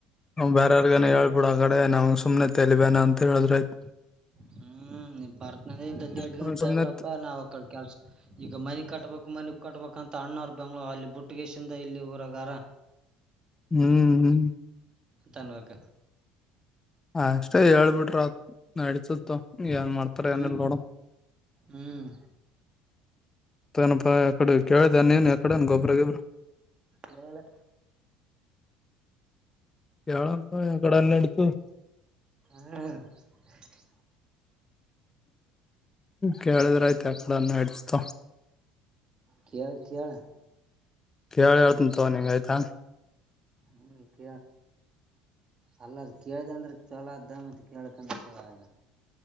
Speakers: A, on the left; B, on the right.
A: ಬೇರವರ್ಗ ಹೇಳ್ಬಿಡ ಆ ಕಡೆ ನಾವ್ ಸುಮನೆತೆಲಿ ಬೇನ ಅಂತ ಹೇಳಿದ್ರ ಆಯತ
B: ಹ್ಮ ಬರ್ತ್ ಇಟ್ಗ
A: ಆಯ್ತು
B: ಅಂತಳ್
A: ಸುಮ್ನೆ
B: ಬಿಿಡಪ್ಪಾ ನಾವ್ ಅಕ್ಕ ಕೆಲ್ಸ ಈಗ ಮನೆಗ್ ಕಟ್ಬೇಕು ಮನಿ ಕಟ್ಬೇಕಂತ ಅಣ್ಣೂರ್ ಬೆಂಗ್ಳೂರು ಅಲ್ಲಿ ಬುಟ್ಟಗೇಶಿಂದ ಇಲ್ಲಿ ಊರಗಾರ
A: ಹ್ಮ್ ಹ್ಮ್
B: ತನ್ವಕ
A: ಹ ಅಷ್ಟೇ ಹೇಳ್ಬಿಟ್ರ ನಡಸುತ್ತ ಏನ್ ಮಾಡ್ತಾರೆ
B: ಹ್ಮ್
A: ಏನ್ಲ್ಲೋಡ
B: ಹ್ಮ್
A: <inaudible> ನಪಾ ಎಕಡೆ ಕೇಳ್ದ ನೀನ್ ಎಕಡ ಗೊಬ್ಬ್ರ ಗೊಬ್ರ
B: ಕೇಳಿಲ್ಲ
A: ಕೇಳಳಂತ ಎ ಕಡೆನ್ನ ಅಡ್ತು
B: ಹ್ಮ್ <inaudible>
A: ಕೇಳಿದ್ರಯ್ತ ಆ ಕಡನ್ನ ಇಡ್ತಿತ
B: ಕಳ್ ಕಳ
A: ಕ ಹೇಳ್ತಂತವ ನಿಂಗ ಆಯ್ತಾ
B: ಹ್ಮಕ್ಕ ಅಲ್ಲ ಅದ ಕೇಳ್ದ ಅಂದ್ರೆ ಚಲ ಅದ್ದ ಮತ್ತೆ ಕೇಳಕಂದ್ರೆ ಚಲನ